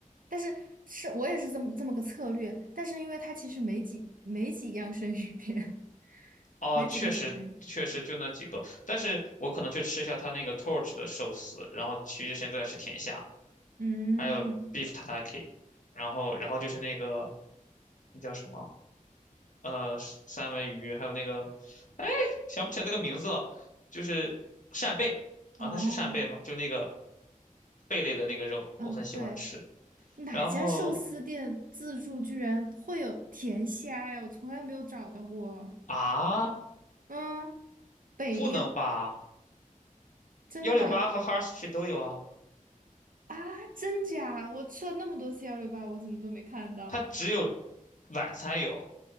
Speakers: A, on the right (about 80°); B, on the left (about 65°).
A: 但是是我也是这么这么个策略，但是因为它其实没几没几样生鱼片，<laughs>
B: 哦，
A: 没几个种类。
B: 确实确实就那几个，但是我可能就吃一下他那个 Torch 的寿司，然后其余时间都在吃甜虾，
A: 嗯，
B: 还有 beef tataki，然后然后就是那个那叫什么呃三文鱼，还有那个，哎，想不起来那个名字了，就是扇贝啊，
A: 哦，
B: 那是扇贝吗？就那个贝类的那个肉，
A: 嗯，
B: 我很喜欢吃。
A: 对，哪家寿司店自助居然会有甜虾呀？
B: 然后
A: 我从来没有找到过。
B: 啊，
A: 嗯，北边
B: 不能吧？
A: 真的
B: 幺六八和哈尔苏去都有啊，
A: 啊，真假？我吃了那么多次幺六八，我怎么都没看到？
B: 它只有晚餐有